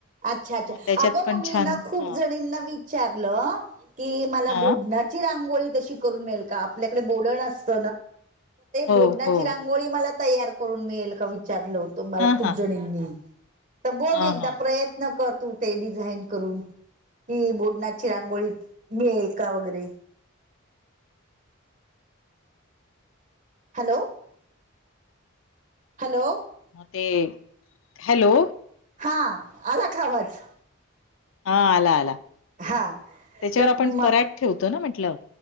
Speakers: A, on the right; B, on the left.
A: अच्छा अच्छा
B: मग त्याच्यात
A: अगं
B: पण
A: मगी
B: छान
A: ना खूप
B: हा
A: जणींना विच विचारलं की मला
B: हा
A: ब रांो कर का आपल्याक बड असत
B: हो
A: ब
B: हो
A: रांंगोळी मला तयार करून मिळेल का विचारलं होतं मला
B: हा
A: खूप
B: हा
A: जणींनी तर बघ
B: हा
A: एकदा
B: हा.
A: प्रयत्न करतू ते डिझाईन करून कि बोडनाची रांगोळी मिळेल का वगैरे हॅलो. हॅलो.
B: ते हॅलो
A: हा आला खावाच
B: हा आला आला
A: हा
B: त्याच्यावर
A: तर
B: आपण
A: म
B: पराग ठेवतो ना म्हटलं